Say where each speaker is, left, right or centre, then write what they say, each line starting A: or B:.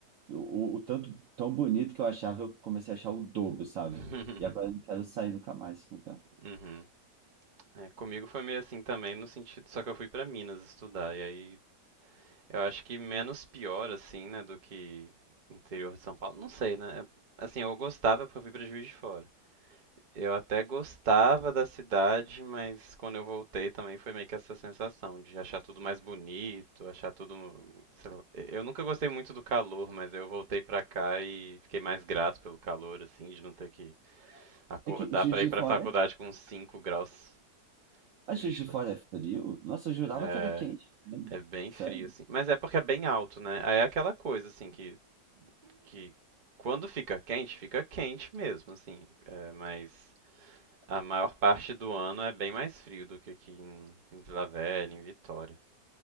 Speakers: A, on the right; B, on the right.
A: o, o o tanto tão bonito que eu achava, eu comecei a achar o dobro, sabe?
B: <laughs>
A: E agora eu não quero sair nunca mais desse lugar.
B: Uhum. É, comigo foi meio assim também, no sentido, só que eu fui pra Minas estudar e aí Eu acho que menos pior, assim, né, do que interior de São Paulo. Não sei, né? É- Assim, eu gostava porque eu fui pra Juiz de Fora. Eu até gostava da cidade, mas quando eu voltei também foi meio que essa sensação de achar tudo mais bonito, achar tudo. sei lá. Eu nunca gostei muito do calor, mas eu voltei pra cá e fiquei mais grato pelo calor, assim, de não ter que acordar
A: É que Juiz
B: pra
A: de
B: ir pra
A: Fora
B: faculdade
A: é
B: com 5 graus.
A: A
B: Juiz
A: Juiz
B: de
A: de
B: Fora.
A: Fora é frio? Nossa, eu jurava
B: É,
A: que era quente. né?
B: é bem
A: Sério?
B: frio, assim. Mas é porque é bem alto, né? Aí é aquela coisa, assim, que que quando fica quente, fica quente mesmo, assim. É, mas a maior parte do ano é bem mais frio do que aqui em, em Vila Velha, em Vitória.